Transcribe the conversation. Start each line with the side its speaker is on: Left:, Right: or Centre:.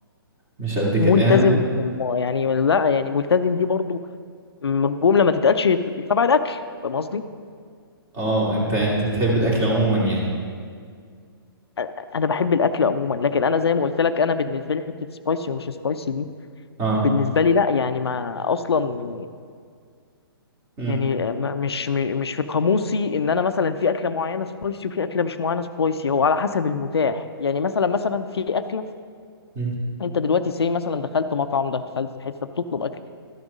Right: مش قد كده
Left: ملتزم
Right: يعني أنا ب-
Left: الم... يعني لا يعني ملتزم دي برضو م- جملة ما تتقالش تبع الأكل فاهم قصدي؟
Right: اه انت انت بتحب الأكل عموما يعني
Left: أ- أنا بحب الأكل عموما لكن أنا زي ما قلت لك أنا بالنسبة لي حتة سبايسي ومش سبايسي دي
Right: اه
Left: بالنسبة لي لا يعني ما أصلا
Right: امم
Left: يعني ما- مش م- مش في قاموسي إن أنا مثلا في أكلة معينة سبايسي وفي أكلة مش معينة سبايسي هو على حسب المتاح يعني مثلا مثلا في أكلة
Right: امم
Left: أنت دلوقتي سي مثلا دخلت مطعم دخلت حتة بتطلب أكل